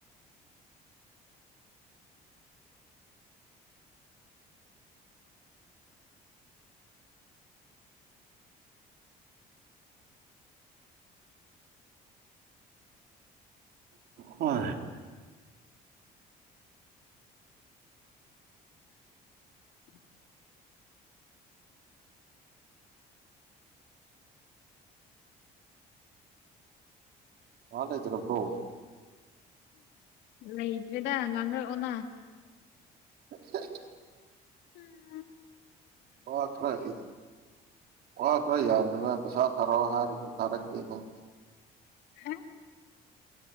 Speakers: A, on the right (about 65°); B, on the left (about 85°).
A: ꯍ
B: <inaudible>
A: ꯃꯥꯂꯦ ꯆꯂ ꯄ꯭ꯔꯣ
B: ꯂꯩꯇ꯭ꯔꯦꯗ ꯉꯥꯡꯉꯔꯛꯑꯣꯅ
A: <inaudible>
B: ꯎꯝ
A: ꯋꯥ ꯈꯔ ꯋꯥ ꯈꯔ ꯌꯥꯝꯗꯅ ꯄꯩꯁꯥ ꯊꯥꯔꯛꯑꯣ ꯍꯥꯏꯔꯁꯨ ꯊꯥꯔꯛ ꯑꯣ
B: ꯍ